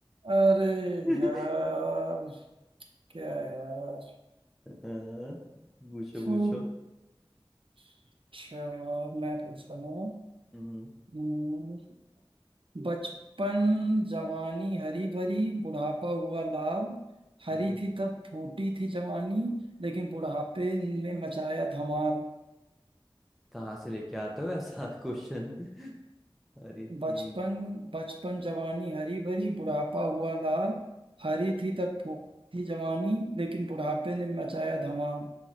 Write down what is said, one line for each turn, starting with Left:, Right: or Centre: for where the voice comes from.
Right: अरे
Centre: <laughs>
Right: यार क्या यार
Centre: हाँ, पूछो
Right: फू,
Centre: पूछो
Right: अच्छा मैं पूछ रहा हूँ
Centre: हम्म
Right: हम्म, बचपन जवानी हरी भरी बुढ़ापा हुआ लाल हरी
Centre: हम्म,
Right: थी तब फूटी थी जवानी लेकिन बुढ़ापे ने मचाया धमाल
Centre: कहाँ से लेके आते हो ऐसा क्वेश्चन <laughs> अरे ठीक
Right: बचपन बचपन जवानी हरी भरी बुढ़ापा हुआ लाल हरी थी तब फूल थी जवानी लेकिन बुढ़ापे ने मचाया धमाल